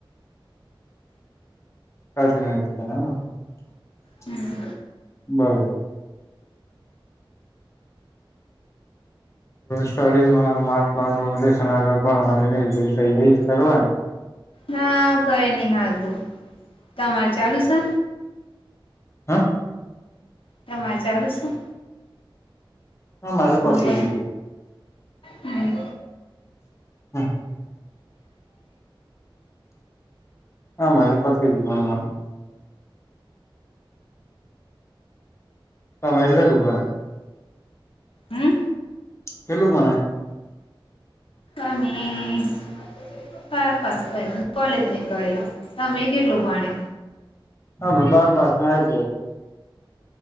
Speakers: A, on the left (about 30°); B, on the left (about 85°).
A: <unintelligible>
B: હમ
A: સ્ટોલિન માન આગળ ન તૈયારી કરવા
B: ના કઈ નહી હાલતું તમાર ચાલુ શે
A: હા
B: તમારે ચાલું શું
A: હ મારે પસે
B: કઈ
A: ગધું
B: હમ
A: હમ્મ હા મારે પર ગણ હમે લું
B: હમ
A: કેલું મને
B: અમે બાર પાસ કરી કોલેજ ને કરી તમે કેટલું ભણે
A: હમે બાળભસ જ ર